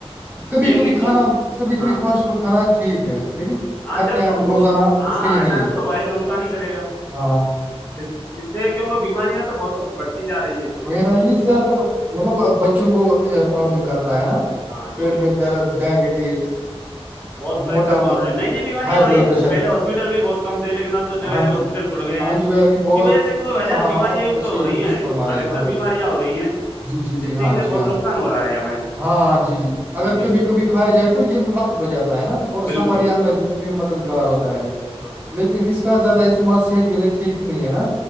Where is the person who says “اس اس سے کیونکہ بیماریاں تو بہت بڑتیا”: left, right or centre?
Left